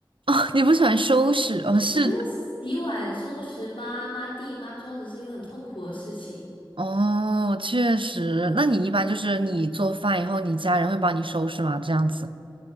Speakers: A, on the right; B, on the left.
A: 哦，你不喜欢收拾？哦，是
B: 我觉得洗碗、收拾抹抹地、抹桌子是一个很痛苦的事情。
A: 哦，确实。那你一般就是你做饭以后，你家人会帮你收拾吗？这样子。